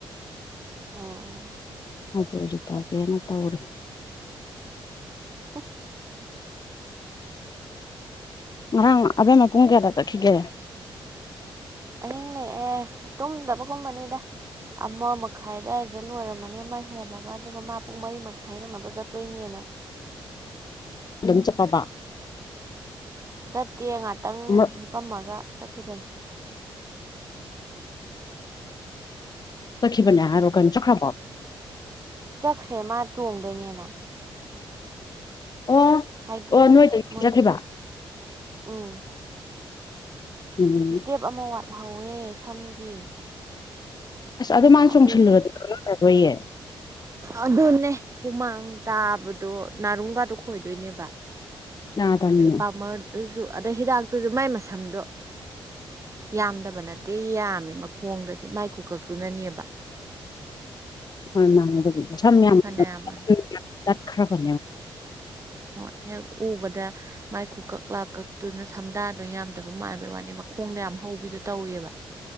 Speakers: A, on the right; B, on the left.
A: ꯑꯥ
B: ꯑꯗꯨ ꯍꯧꯁꯨ ꯇꯧꯒꯦꯅ ꯇꯧꯔꯦ
A: ꯎ
B: ꯣ ꯑ ꯑꯗꯦ ꯃ ꯀꯣꯡ ꯀꯌꯥꯗꯒꯈꯤꯒꯦꯔꯦ
A: ꯑꯍꯤꯡ ꯂꯦꯛꯑꯦ ꯇꯨꯝꯗꯕꯒꯨꯝꯕꯅꯤꯗ ꯑꯃ ꯃꯈꯥꯏ ꯑꯗꯨꯋꯥꯏꯗ ꯂꯣꯏꯔꯝꯃꯅꯤ ꯑꯃ ꯍꯦꯜꯂꯒ ꯑꯗꯨꯒ ꯃꯥ ꯄꯨꯡ ꯃꯔꯤ ꯃꯈꯥꯏ ꯅꯛꯅꯕ ꯆꯠꯇꯣꯏꯅꯤꯅ
B: ꯑꯗꯨꯝ ꯆꯄꯕ
A: ꯆꯠꯇꯦ ꯉꯥꯛꯇꯪ
B: ꯑꯃ
A: ꯍꯤꯄꯝꯃꯒ ꯆꯈꯕꯅꯤ
B: ꯆꯈꯈꯤꯕꯕ ꯑꯥꯔꯣ ꯀꯅ ꯆ ꯈ꯭ꯔ ꯄꯥꯎ
A: ꯆꯠꯈ꯭ꯔꯦ ꯃꯥ ꯆꯣꯡꯗꯣꯏꯅꯦꯅ
B: ꯑꯣ
A: ꯍꯥꯏꯗꯤ
B: ꯑꯣ ꯅꯣꯏꯗꯒꯤ
A: ꯃꯣꯏ
B: ꯆꯠꯈꯤꯕ
A: ꯎꯝ
B: ꯎꯝ
A: ꯏꯁꯇꯦꯞ ꯑꯃ ꯋꯥꯠꯍꯧꯋꯦ ꯁꯝꯒꯤ
B: ꯑꯁ ꯑꯗꯨ ꯃꯥꯅ
A: ꯑꯗꯨꯗꯣ
B: ꯆꯣꯡꯁꯤꯜꯂꯨꯔꯗꯤ ꯀꯗꯣꯏꯌꯦ
A: ꯑꯗꯨꯅꯦ ꯍꯨꯃꯥꯡ ꯇꯥꯕꯗꯣ ꯅꯥꯔꯨꯡꯒꯗꯣ ꯈꯣꯏꯗꯣꯏꯅꯦꯕ
B: ꯌꯥꯗꯝꯅꯦ
A: ꯑꯗꯩ ꯄꯥꯃꯔꯗꯨꯁꯨ ꯑꯗꯩ ꯍꯤꯗꯥꯛꯇꯨꯁꯨ ꯃꯥꯏ ꯃꯁꯝꯗꯣ ꯌꯥꯝꯗꯕ ꯅꯠꯇꯦ ꯌꯥꯝꯃꯤ ꯃꯈꯣꯡꯗꯗꯤ ꯃꯥꯏ ꯀꯨꯀꯛꯇꯨꯅꯅꯦꯕ
B: ꯍꯣꯏ ꯃꯥ ꯑꯗꯨ ꯁ
A: ꯐꯅꯌꯥꯝ
B: ꯇꯈꯔ ꯐ
A: ꯍꯣꯏ ꯍꯦꯛ ꯎꯕꯗ ꯃꯥꯏ ꯈꯨ ꯀꯛ ꯂꯥꯛ ꯀꯛꯇꯨꯅ ꯁꯝꯗꯥꯗꯅ ꯌꯥꯝꯗꯕ ꯃꯥꯟꯕꯩ ꯋꯥꯅꯤ ꯃꯈꯣꯡ ꯣꯡꯗ ꯌꯥꯝ ꯍꯧꯕꯤꯗꯣ ꯇꯧꯋꯦꯕ